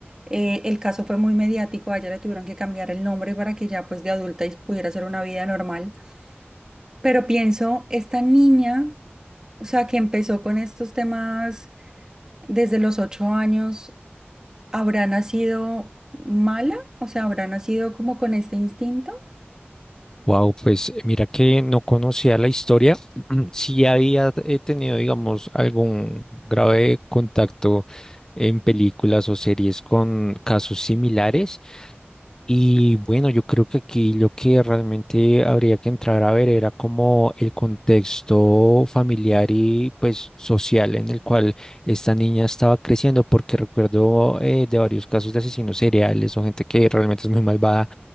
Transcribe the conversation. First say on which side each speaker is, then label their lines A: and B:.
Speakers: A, on the right (about 15°); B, on the left (about 15°).
A: Eh, el caso fue muy mediático, a ella le tuvieron que cambiar el nombre para que ya pues de adulta y pudiera hacer una vida normal. Pero pienso, esta niña, o sea, que empezó con estos temas desde los ocho años, ¿habrá nacido mala? O sea, ¿habrá nacido como con este instinto?
B: Wow, pues mira que no conocía la historia. <clears throat> Sí había eh, tenido, digamos, algún grave contacto en películas o series con casos similares. Y bueno, yo creo que aquí lo que realmente habría que entrar a ver era como el contexto familiar y pues social en el cual esta niña estaba creciendo, porque recuerdo eh, de varios casos de asesinos seriales o gente que realmente es muy malvada